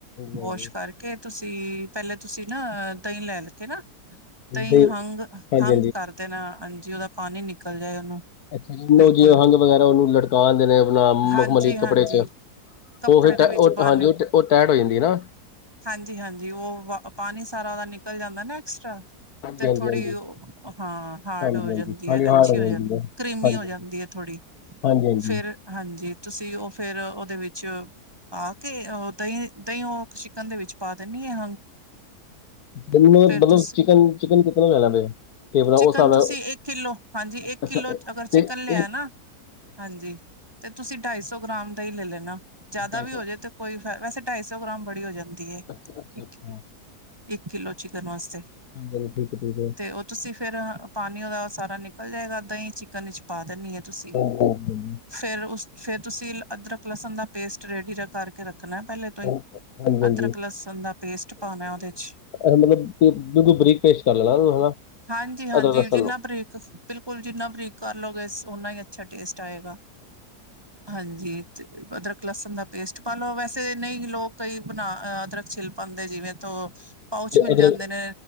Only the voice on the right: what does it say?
ਵਾਸ਼
ਕਰਕੇ ਤੁਸੀਂ, ਪਹਿਲੇ ਤੁਸੀਂ ਨਾ ਦਹੀਂ ਲੈ ਕੇ ਨਾ ਦਹੀ
ਹੰਗ
ਹੰਗ ਕਰ ਦੇਣਾ ਹਾਂਜੀ ਉਹਦਾ ਪਾਣੀ ਨਿਕਲ ਜਾਏ ਉਹਨੂੰ
ਬਿਲਕੁਲ
ਹਾਂਜੀ
ਹਾਂਜੀ
ਕੱਪੜੇ
ਦੇ
ਵਿੱਚ
ਬੰਨ
ਹਾਂਜੀ-ਹਾਂਜੀ ਉਹ ਪਾਣੀ ਸਾਰਾ ਉਹਦਾ ਨਿਕਲ ਜਾਂਦਾ ਨਾ ਐਕਸਟਰਾ
ਤੇ
ਥੋੜ੍ਹੀ
ਉਹ, ਹਾਂ ਹਾਰਡ
ਹੋ
ਜਾਂਦੀ
ਹੈ,
ਅੱਛੀ ਹੋ ਜਾਂਦੀ
ਕਰੀਮੀ
ਹੋ ਜਾਂਦੀ ਥੋੜ੍ਹੀ
ਫਿਰ, ਹਾਂਜੀ ਤੁਸੀਂ ਉਹ ਫਿਰ ਉਹਦੇ ਵਿੱਚ ਪਾ ਕੇ ਅ ਦਹੀਂ, ਦਹੀਂ ਉਹ ਚਿਕਨ ਦੇ ਵਿੱਚ ਪਾ ਦਿੰਦੀ ਆ
ਤੁਸੀਂ
ਚਿਕਨ
ਤੁਸੀਂ ਇੱਕ ਕਿੱਲੋ, ਹਾਂਜੀ ਇੱਕ
ਕਿੱਲੋ
ਅਗਰ
ਚਿਕਨ ਲਿਆ
ਨਾ ਹਾਂਜੀ, ਤੇ ਤੁਸੀਂ ਢਾਈ ਸੌ ਗ੍ਰਾਮ ਦਹੀ ਲੈ ਲੈਣਾ ਜਿਆਦਾ
ਵੀ ਹੋ ਜੇ ਤੇ ਕੋਈ ਫੈ ਵੈਸੇ ਢਾਈ ਸੌ ਗ੍ਰਾਮ ਬੜੀ ਹੋ ਜਾਂਦੀ ਏ।
ਇੱਕ
ਇੱਕ ਕਿਲੋ ਚਿਕਨ ਵਾਸਤੇ।
ਤੇ ਉਹ ਤੁਸੀਂ ਫੇਰ ਪਾਣੀ ਉਹਦਾ ਸਾਰਾ ਨਿਕਲ ਜਾਏਗਾ ਦਹੀ ਚਿਕਨ ਵਿੱਚ ਪਾ ਦੇਣੀ ਐ ਤੁਸੀਂ।
ਫੇਰ ਉਸ ਫੇਰ ਤੁਸੀਂ ਅਦਰਕ, ਲਸਣ ਦਾ ਪੇਸਟ ਰੈਡੀ ਕਰਕੇ ਰੱ ਰਖਣਾ ਪਹਿਲੇ ਤੋਂ ਈ,
ਅਦਰਕ, ਲਸਣ ਦਾ ਪੇਸਟ ਪਾਉਣਾ ਉਹਦੇ 'ਚ।
ਹਾਂਜੀ ਹਾਂਜੀ
ਜਿੰਨਾ
ਬਰੀਕ ਬਿਲਕੁਲ ਜਿੰਨਾ ਬਰੀਕ ਕਰ ਲਓਗੇ ਓਨਾ ਈ ਅੱਛਾ ਟੇਸਟ ਆਏਗਾ। ਹਾਂਜੀ, ਤੇ ਅਦਰਕ, ਲਸਣ ਦਾ ਪੇਸਟ ਪਾ ਲੋ ਵੈਸੇ ਨਹੀ ਲੋਕ ਕਈ ਬਣਾ ਅਦਰਕ ਛਿਲ ਪਾਂਉਦੇ ਜਿਵੇਂ ਤੋਂ ਪਾਊਚ ਮਿਲ
ਜਾਂਦੇ ਨੇ